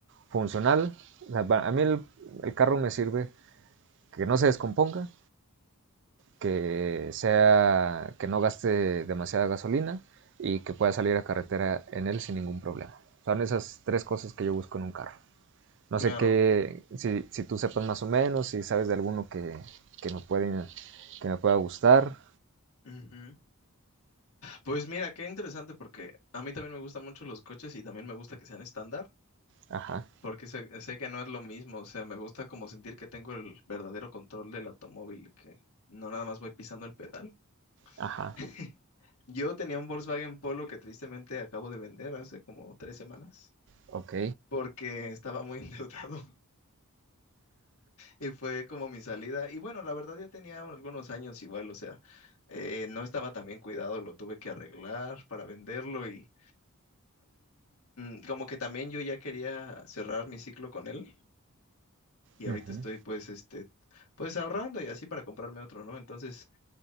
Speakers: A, on the right; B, on the left.
A: funcional. O sea, a mí el, el carro me sirve que no se descomponga, que sea, que no gaste demasiada gasolina y que pueda salir a carretera en él sin ningún problema. Son esas tres cosas que yo busco en un carro. No
B: Claro.
A: sé qué, si, si tú sepas más o menos, si sabes de alguno que, que me puede, que me pueda gustar.
B: ujú. Pues mira, qué interesante porque a mí también me gustan mucho los coches y también me gusta que sean estándar,
A: Ajá,
B: porque sé, sé que no es lo mismo, o sea, me gusta como sentir que tengo el verdadero control del automóvil y que no nada más voy pisando el pedal.
A: ajá.
B: <laughs> Yo tenía un Volkswagen Polo que tristemente acabo de vender hace como tres semanas
A: Ok.
B: porque estaba muy <laughs> endeudado. Y fue como mi salida. Y bueno, la verdad ya tenía algunos años igual, o sea, eh, no estaba tan bien cuidado, lo tuve que arreglar para venderlo y mm, como que también yo ya quería cerrar mi ciclo con él y
A: Ujú.
B: ahorita estoy pues este, pues ahorrando y así para comprarme otro, ¿no? Entonces,